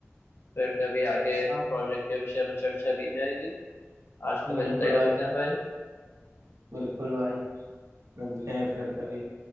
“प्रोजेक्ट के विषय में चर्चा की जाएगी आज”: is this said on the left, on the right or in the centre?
Left